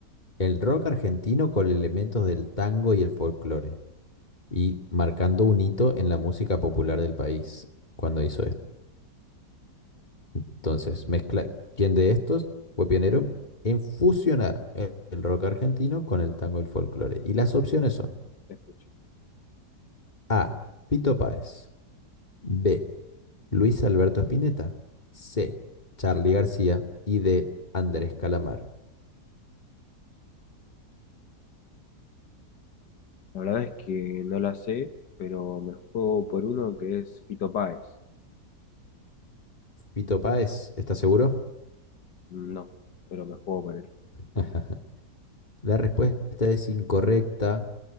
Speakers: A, on the left; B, on the left.
A: el rock argentino con elementos del tango y el folclore? Y marcando un hito en la música popular del país cuando hizo esto. Entonces, mezcla, ¿quién de estos fue pionero en fusionar el el rock argentino con el tango y el folclore? Y las opciones son
B: te escucho.
A: A. Fito Páez. B. Luis Alberto Spinetta. C. Charly García. Y D. Andrés Calamaro.
B: La verdad es que no la sé, pero me juego por uno que es Fito Páez.
A: Fito Páez, ¿estás seguro?
B: No, pero me juego por él.
A: <laughs> La respuesta es incorrecta